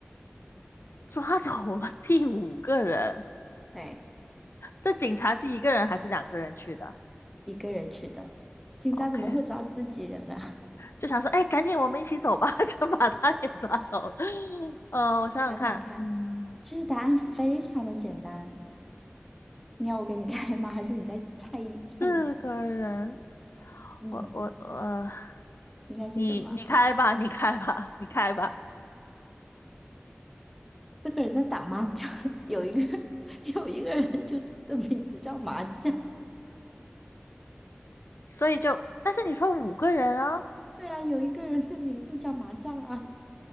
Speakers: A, on the left (about 75°); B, in the centre.
A: 抓走了第五个人，
B: 对，
A: 这警察是一个人还是两个人去的
B: 一个人去的，警察怎么会抓自己人啊？
A: ？OK，就想说，哎，赶紧我们一起走吧，<laughs> 就把他也抓走了。呃，
B: <laughs>
A: 我想想看，
B: 你想想看，
A: 嗯，
B: 其实答案非常的简单，你要我给你开吗？还是你再猜一猜一次？
A: 四个人，
B: 嗯，
A: 我我呃，
B: 应该是什么？
A: 你你开吧，你开吧，你开吧。
B: 四个人在打麻将，<laughs> 有一个人 <laughs> 有一个人就的名字叫麻将，
A: 所以就，但是你说五个人啊，
B: 对啊，有一个人的名字叫麻将啊，